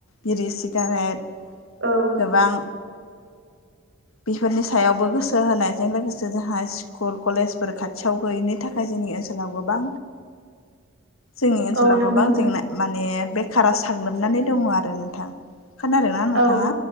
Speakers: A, on the left; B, on the right.
A: बिरि सिगारेट
B: औ
A: गोबां बेफोरनि सायावबो गोसो होनायजों लोगोसे जोंहा स्कुल कलेजफोर खाथियाव गैयिनि थाखाय हाजोनि ओनसोलाव गोबां जोंनि ओनसोलाव
B: औ नंगौ
A: गोबां
B: नोंथां
A: जेंना माने बेखारा साग्लोबनानै दङ आरो नोंथां खोनादोंना नोंथाङा
B: औ